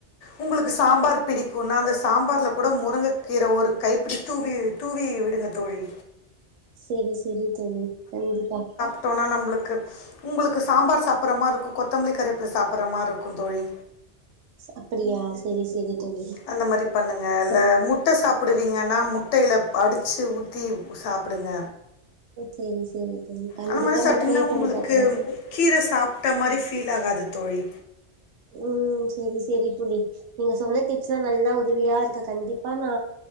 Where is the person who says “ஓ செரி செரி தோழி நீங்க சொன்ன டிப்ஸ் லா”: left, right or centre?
Right